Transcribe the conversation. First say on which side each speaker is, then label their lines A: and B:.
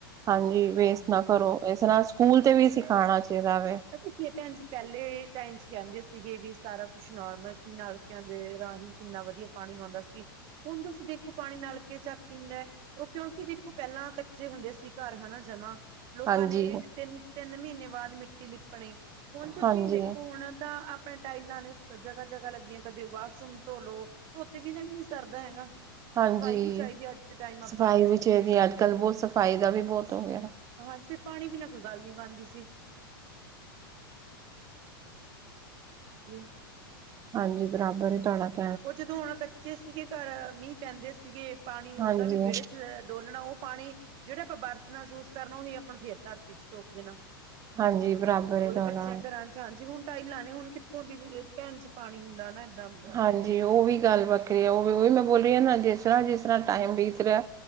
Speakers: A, on the right (about 25°); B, on the right (about 40°).
A: -ਹਾਂਜੀ ਵੇਸਟ
B: ਹਾਂਜੀ।
A: ਨਾ ਕਰੋ ਇਸ ਨਾਲ ਸਕੂਲ ਤੇ ਵੀ ਸਿਖਾਣਾ ਚਾਹੀਦਾ ਵੇ
B: ਪਤਾ ਕੀ ਹੈ ਭੈਣ ਜੀ, ਪਹਿਲੇ ਟਾਈਮ ਚ ਕਹਿੰਦੇ ਸੀਗੇ ਵੀ ਸਾਰਾ ਕੁਛ ਨੋਰਮਲ ਸੀ ਨਾਲ ਕਹਿੰਦੇ ਰਾਹੀਂ ਕਿੰਨਾ ਵਧੀਆ ਪਾਣੀ ਆਉਂਦਾ ਸੀ ਹੁਣ ਤੁਸੀਂ ਦੇਖੋ ਪਾਣੀ ਨਲਕੇ ਚੱਕ ਕਿੰਨਾ ਉਹ ਕਿਉਂਕਿ ਦੇਖੋ ਪਹਿਲਾਂ ਕੱਚੇ ਹੁੰਦੇ ਸੀ ਘਰ ਹਨਾ ਜਮਾ ਲੋਕਾਂ
A: ਹਾਂਜੀ
B: ਨੇ ਤਿੰਨ- ਤਿੰਨ ਮਹੀਨੇ ਬਾਅਦ ਮਿੱਟੀ ਲਿਪਣੀ, ਹੁਣ ਤੁਸੀਂ
A: ਹਾਂਜੀ
B: ਦੇਖੋ ਹੁਣ ਤਾਂ ਆਪਣੇ ਟਾਈਲਾਂ ਨੇ ਜਗ੍ਹਾ- ਜਗ੍ਹਾ ਲੱਗੀਆਂ ਕਦੇ ਵਾਸ਼ਰੂਮ ਧੋ ਲੋ ਧੋਤੇ ਬਿਨਾ ਵੀ ਨੀ ਸਰਦਾ ਹੈਗਾ
A: ਹਾਂਜੀ,
B: ਸਫਾਈ ਵੀ ਚਾਹੀਦੀ ਅੱਜ ਦੇ ਟਾਈਮ ਆਪਾਂ
A: ਸਫ਼ਾਈ
B: ਨੂੰ
A: ਵੀ ਚਾਹੀਦੀ ਅੱਜ ਕੱਲ ਬਹੁਤ ਸਫ਼ਾਈ ਦਾ ਵੀ ਬਹੁਤ ਹੋ ਗਿਆ
B: ਹਾਂਜੀ ਫਿਰ ਪਾਣੀ ਬਿਨਾਂ ਕੋਈ ਗੱਲ ਨੀ ਬਣਦੀ ਸੀ ਜੀ।
A: ਹਾਂਜੀ ਬਰਾਬਰ ਏ <unintelligible>
B: ਉਹ ਜਦੋਂ ਹੁਣ ਕੱਚੇ ਸੀਗੇ ਘਰ, ਮੀਂਹ ਪੈਂਦੇ ਸੀਗੇ ਪਾਣੀ
A: ਹਾਂਜੀ
B: ਉਦਾਂ ਵੀ ਵਿਹੜੇ ਚ' ਡੋਲਣਾ ਉਹ ਪਾਣੀ ਜਿਹੜਾ ਆਪਾਂ ਵਰਤਨਾ ਯੂਸ ਕਰਨਾ ਉਹੀ ਆਪਾਂ ਫਿਰ ਧਰਤੀ ਚ ਸੋਂਕ ਦੇਣਾ।
A: ਹਾਂਜੀ ਬਰਾਬਰ ਹੈ
B: ਉਹਦੇ
A: ਤੁਹਾਡਾ
B: ਕੱਚਿਆਂ ਘਰਾਂ ਚ ਹਾਂਜੀ, ਹੁਣ ਟਾਈਲਾਂ ਨੇ ਹੁਣ ਕਿੱਥੋਂ ਦੀ ਵੀ ਭੈਣ ਚ' ਪਾਣੀ ਹੁੰਦਾ ਨਾ ਏਦਾਂ ਦਾਂ।
A: ਹਾਂਜੀ, ਉਹ ਵੀ ਗੱਲ ਵੱਖਰੀ ਹੈ ਉਹ ਵੀ ਉਹ ਵੀ ਮੈਂ ਬੋਲੀ ਰਈ ਹਾਂ ਨਾ ਜਿਸਰ੍ਹਾਂ-ਜਿਸਰ੍ਹਾਂ ਟਾਈਮ ਬੀਤ ਰਿਹਾ